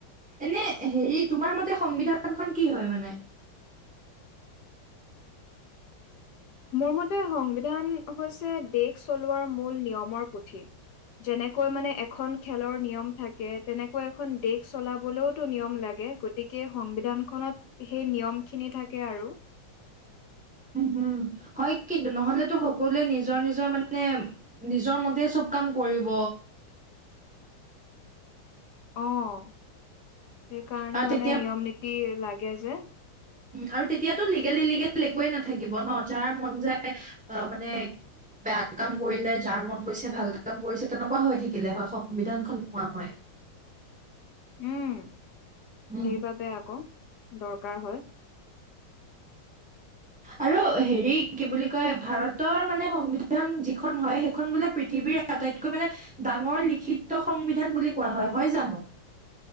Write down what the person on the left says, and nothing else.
মোৰ মতে সংবিধান হৈছে দেশ চলোৱাৰ মূল নিয়মৰ পুথি যেনেকৈ মানে এখন খেলৰ নিয়ম থাকে তেনেকৈ এখন দেশ চলাবলৈওতো নিয়ম লাগে গতিকে সংবিধানখনত সেই নিয়মখিনি থাকে আৰু
<unintelligible> অ সেইকাৰণে
মানে
নিয়ম নীতি লাগে যে
উম
সেইবাবে আকৌ দৰকাৰ হয়